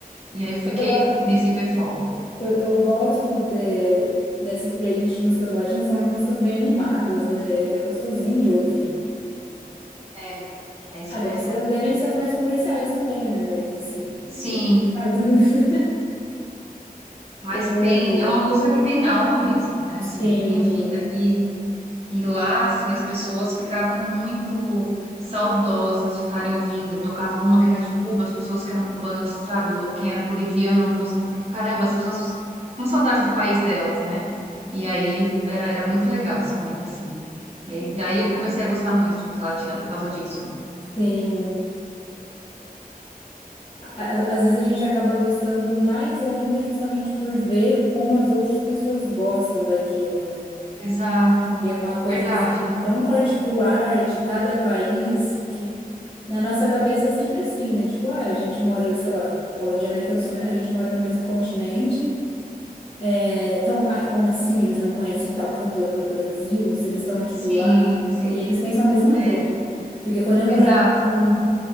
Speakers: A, on the right; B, on the left.
A: e aí eu fiquei
B: Eu, go-
A: nesse hiperfoco.
B: eu, eu gosto de, dessas playlists de músicas latinas, são as músicas bem animadas, né? É gostosinho de ouvir.
A: É, é isso
B: Ah, deve
A: mesmo.
B: ser, as- devem ser as mais comerciais também, né? Mas, assim,
A: Sim,
B: é bem... animado. <laughs>
A: mas
B: Eu...
A: tem, é uma música que tem alma mesmo, né? Assim,
B: Tem...
A: tem vida. E lá, assim, as pessoas ficavam muito saudosas de estarem ouvindo. Eu tocava uma que era de Cuba, as pessoas que eram cubanas, sabe? Ou quem era boliviano, música. Então, Caramba, as pessoas com saudade do país delas, né? E aí era, era muito legal esse momento, assim. E aí, daí eu comecei a gostar muito de música latina por causa disso.
B: Tem... a- Às vezes a gente acaba gostando mais ainda justamente por ver como as outras pessoas gostam daquilo, né?
A: Exato.
B: Que é uma coisa
A: Verdade.
B: assim tão particular de cada país que na nossa cabeça é sempre assim, né? Tipo, ah, a gente mora, sei lá, falando de América do Sul, né? A gente mora no mesmo continente. é, Então, ai, como assim eles não conhecem tal cantora do Brasil? Se eles estão aqui
A: Sim,
B: do lado?
A: sim.
B: E eles pensam a mesma
A: É,
B: coisa. Porque quando eu morava
A: exato.
B: com